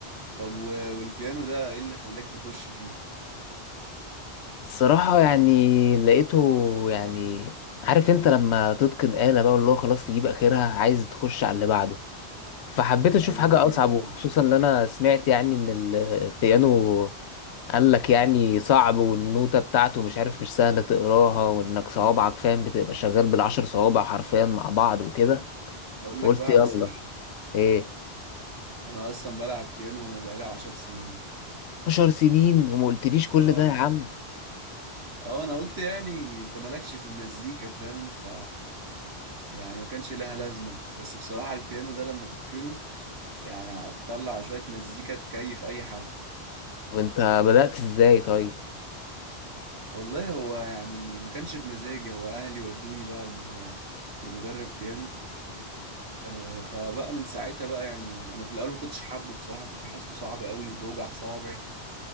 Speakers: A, on the right; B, on the left.
A: طب و... والبيانو ده ايه اللي خلاك تخش فيه
B: الصراحة يعني لقيته يعني عارف انت لما تتقن آلة بقى واللي هو خلاص تجيب آخرها عايز تخش على اللي بعده فحبيت أشوف
A: ايوه
B: حاجة
A: ايوه
B: أصعب
A: فاهم
B: وخصوصا إن أنا سمعت يعني إن ال- البيانو قال لك يعني صعب والنوتة بتاعته مش عارف مش سهلة تقراها وإنك صوابعك فاهم بتبقى شغال بالعشر صوابع حرفيا مع بعض وكده
A: هقول
B: فقلت
A: لك بقى
B: يلا
A: على سر
B: ايه
A: انا اصلا بلعب بيانو بقالي عشر سنين
B: 10 سنين وما قلتليش كل
A: اه
B: ده يا عم
A: اه انا قلت يعني انت مالكش في المزيكا فاهم ف يعني ما كانش لها لازمة بس بصراحة البيانو ده لما تتقنه يعني هتطلع شوية مزيكا تكيف اي حد
B: وانت بدأت ازاي طيب
A: والله هو يعني ما كانش بمزاجي هو اهلي ودوني بقى ل- لمدرب بيانو آه، فبقى من ساعتها بقى يعني انا في الاول ما كنتش حابه بصراحة كنت حاسه صعب قوي وبيوجع صوابعي